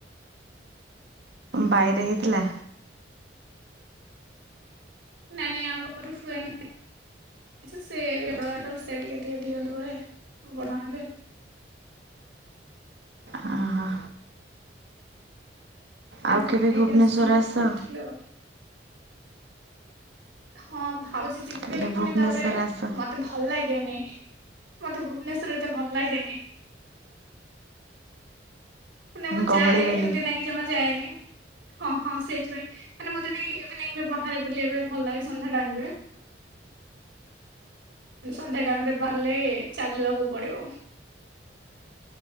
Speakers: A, on the right (about 70°); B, on the right (about 90°).
A: ବାଇରେ ହେଇ ଥିଲା।
B: ନାଇଁ ନାଇଁ ଆମର ହୁଏନି <inaudible> ସେ ର ସେ ଟିକେ ଟିକେ ଦିଅନ୍ତୁ ବଳେ ବଡମା ହେବେ।
A: ଓହୋ
B: ତାଙ୍କଠୁ
A: ଆଉ କେବେ
B: ନେଇକି
A: ଭୁବନେଶ୍ୱର
B: ଆସିଥିଲୁ
A: ଆସ
B: କରିଥିଲୁ ଆଉ। ହଁ ଭାବୁଚି ଯିବି
A: କାଲି
B: ବୋଲି ପୁଣି
A: ଭୁବନେଶ୍ୱର
B: ତାପରେ
A: ଆସ
B: ମତେ ଭଲ ଲାଗେନି। ମତେ ଭୁବନେଶ୍ଵର ଏତେ ଭଲ ଲାଗେନି ନା ମୁଁ
A: ଗହଳି
B: ଯାଏ
A: ବୋଲି
B: ଏମିତି ନାଇକି ଜମା ଯାଏନି ହଁ ହଁ ସେଇଥି ପାଇଁ ମାନେ ମୋତେ ଟିକେ ଇଭିନିଙ୍ଗରେ ବାହାରେ ବୁଲିବା ପାଇଁ ଭଲ ଲାଗେ ସନ୍ଧ୍ୟା ଟାଇମ୍ ରେ ସନ୍ଧ୍ୟା ଟାଇମ୍ ରେ ବାହାରିଲେ ଚାଲିବାକୁ ପଡ଼ିବ।